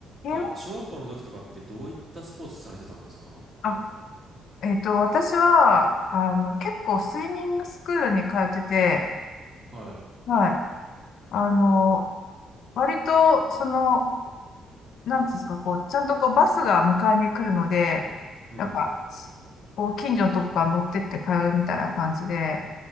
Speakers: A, on the right (about 35°); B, on the left (about 70°).
A: なんか、
B: え、
A: 小学校の時とかってどういったスポーツされてたんですか
B: あ、えっと、私は、あの、結構スイミングスクールに通ってて、
A: はい。
B: はい。あの、割と、その、なんていうんですか、こう、ちゃんとこう、バスが迎えに来るので、
A: うん。
B: なんか、すこう、近所のとこから乗ってって通うみたいな感じで、